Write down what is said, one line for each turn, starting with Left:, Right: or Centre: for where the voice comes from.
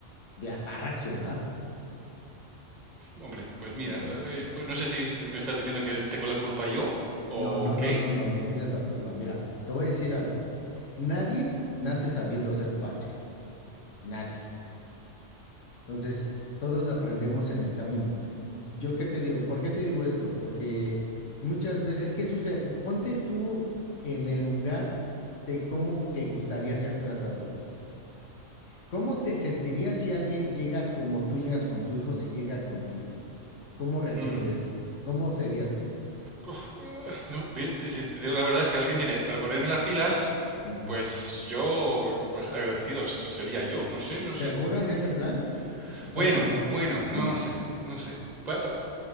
Left: Ya, Va a reaccionar,
Right: hombre, pues mira,
Left: ¿me entiendes?
Right: eh, no sé si me estás diciendo que tengo la culpa yo o
Left: No, no, no,
Right: qué.
Left: no, no, no tienes la culpa. Mira, te voy a decir algo. Nadie nace sabiendo ser padre. Nadie. Entonces, todos aprendemos en el camino. ¿Yo qué te digo? ¿Por qué te digo esto? Porque muchas veces, ¿qué sucede? Ponte tú en el lugar de cómo te gustaría ser tratado a ti. ¿Cómo te sentirías si alguien llega como tú llegas con tu hijo, si llega contigo? ¿Cómo reaccionarías
Right: Mm,
Left: tú? ¿Cómo serías tú?
Right: eh, no, bien, te- si te digo la verdad, si alguien viene para ponerme las pilas,
Left: Ujú.
Right: pues yo, pues agradecido sería yo, no sé, no
Left: ¿Seguro
Right: sé. Mm,
Left: en ese plan? ¿Estás
Right: bueno,
Left: seguro?
Right: bueno,
Left: <laughs>
Right: no sé, no sé. Pa- pa-